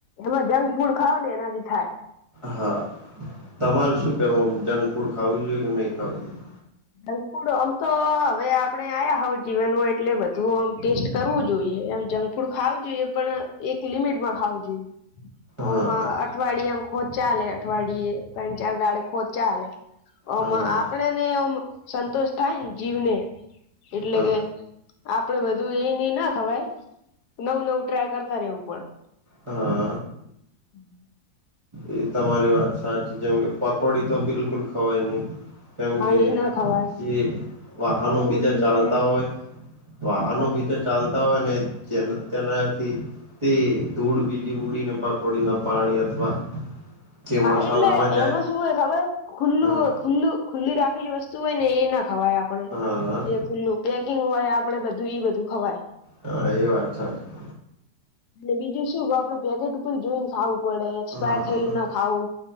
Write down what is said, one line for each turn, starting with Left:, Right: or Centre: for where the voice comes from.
Left: એમાં જંક ફૂડ ખાાવ ને એનાથી થાય.
Right: હા, તમારે શું કેવું જંક ફૂડ ખાવું જોઈએ કે નહી ખાવું જોઈએ?
Left: જંક ફૂડ આમ તો હવે આપડે આયા હોવ, જીવનમાં એટલે બધું આમ ટેસ્ટ કરવું જોઈએ, એમ જંક થોડું ખાવું જોઈએ, પણ એક લિમિટમાં ખાવું જોઈએ.
Right: હા
Left: ઓમાં અઠવાડિયા મ ખો ચાલે અઠવાડિયે તન-ચાર ડાડે ખોવ ચાલે, ઓમ
Right: હા
Left: આપડે ને ઓમ સંતોષ થાય ને જીવને, એટલે
Right: હા
Left: કે આપડે બધું એ-એ ના ખવાય, નવું-નવું ટ્રાય કરતા રેવું પડે
Right: હા
Left: <inaudible>
Right: એ તમારી વાત સાચી જેમ કે પકોડી તો બિલકુલ ખવાય નહી. કેમ
Left: હા
Right: કે,
Left: એ ના ખવાય
Right: જે વાહનો
Left: પકોડી
Right: બીજા
Left: હે
Right: ચાલતા હોય. વાહનો
Left: પકો
Right: બીજા ચાલતા હોય ને જે તેનાથી તે ધૂળ બીજી ઉડીને પકોડી ના પાણી અથવા જે મસાલામાં
Left: હા, એટલે
Right: જાય
Left: એમાં શું હોય ખબર ખુલ્લું
Right: હા
Left: ખુલ્લું, ખુલ્લી રાખેલી વસ્તુ હોય ને એ ના ખવાય આપણે
Right: હા
Left: એ ખુલ્લું પેકિંગ હોય, આપડે બધું ઈ બધું ખવાય.
Right: હા, એ વાત સાચી
Left: અને બીજું શું ક આપડે પેકેટ ઉપર જોઈને ખાવું પડે, એક્સપાયર
Right: હા
Left: થયેલ ના ખાવુ